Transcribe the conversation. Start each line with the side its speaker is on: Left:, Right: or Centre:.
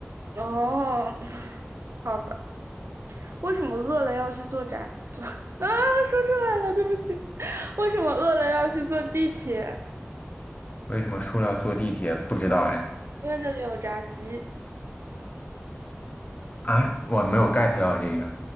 Right: 哦，<laughs> 好吧，为什么饿了要去坐炸坐 <laughs>？啊，说出来了，对不起。<laughs> 为什么饿了要去坐地铁？
Left: 为什么塑料坐地铁？不知道哎。
Right: 因为那里有炸鸡
Left: 啊，我没有 get 到这个。